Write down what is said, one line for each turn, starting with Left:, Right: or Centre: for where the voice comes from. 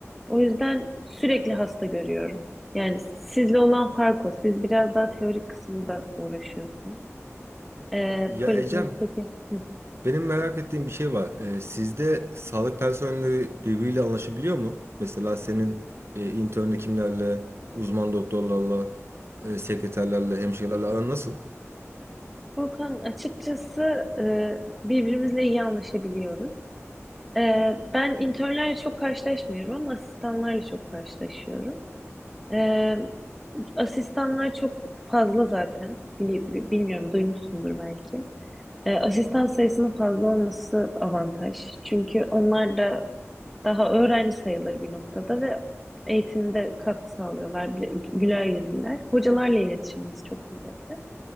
Centre: O yüzden sürekli hasta görüyorum. Yani sizle olan fark o. Siz biraz daha teorik kısımda uğraşıyorsunuz. Ee,
Right: Ya
Centre: poliklinikteki.
Right: Ecem,
Centre: Hı.
Right: benim merak ettiğim bir şey var. Ee, sizde sağlık personelleri birbiriyle anlaşabiliyor mu? Mesela senin e, intern hekimlerle, uzman doktorlarla, e, sekreterlerle, hemşirelerle aran nasıl?
Centre: Furkan açıkçası e, birbirimizle iyi anlaşabiliyoruz. Ee, ben internlerle çok karşılaşmıyorum ama asistanlarla çok karşılaşıyorum. Ee, asistanlar çok fazla zaten. Bili- bi- bilmiyorum duymuşsundur belki. Ee, asistan sayısının fazla olması avantaj. Çünkü onlar da daha öğrenci sayılır bir noktada ve eğitimde katkı sağlıyorlar. Güler yüzlüler. Hocalarla iletişimimiz çok kuvvetli.